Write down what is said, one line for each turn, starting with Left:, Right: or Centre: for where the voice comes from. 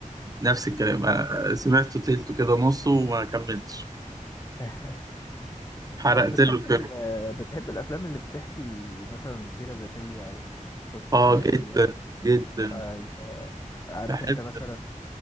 Right: نفس الكلام أنا سمعته تلته كده نصه وما كملتش
Left: <laughs>
Right: حرقت
Left: طب بتحب
Right: له الفيلم
Left: ال... بتحب الافلام اللي بتحكي مثلا سيرة ذاتية او قصة
Right: اه
Left: حقيقية
Right: جدا جدا
Left: ايوه عارف
Right: بحب
Left: انت مثلا